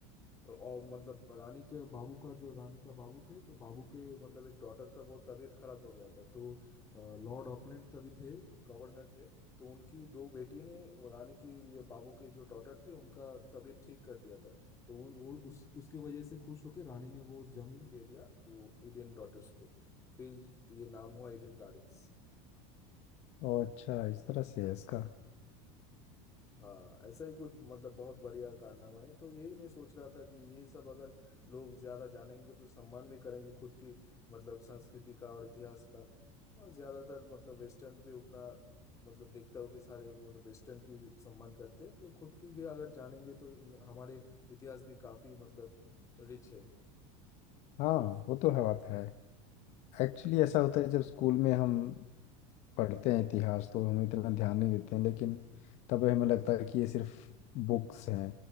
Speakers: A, on the left (about 20°); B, on the left (about 45°).
A: आ, और मतलब रानी के बाबू का जो रानी का बाबू थे तो बाबू के मतलब एक डॉटर का बहुत तबीयत खराब हो गया था तो अ, लॉर्ड ऑकलैंड तभी थे गवर्नर थे तो उनकी दो बेटी ने वो रानी की ये बाबू के जो डॉटर थे उनका तबीयत ठीक कर दिया था तो वो, वो उस उसके वजह से खुश होकर रानी ने वो जमीन दे दिया वो ईडन डॉटर्स को फिर ये नाम हुआ ईडन गार्डन्स
B: ओह अच्छा इस तरह से है इसका
A: हाँ ऐसा ही कुछ मतलब बहुत बढ़िया कारनामा है तो यही मैं सोच रहा था कि ये सब अगर लोग ज्यादा जानेंगे तो सम्मान भी करेंगे खुद की मतलब संस्कृति का और इतिहास का और ज्यादातर मतलब वेस्टर्न पे उतना मतलब देखता हूँ कि सारे मतलब वेस्टर्न की सम्मान करते हैं तो खुद की भी अगर जानेंगे तो इम- हमारे इतिहास भी काफी मतलब रिच है
B: हाँ वो तो है बात है एक्चुअली ऐसा होता है जब स्कूल में हम पढ़ते हैं इतिहास तो हम इतना ध्यान नहीं देते हैं लेकिन तब हमें लगता है कि ये सिर्फ बुक्स हैं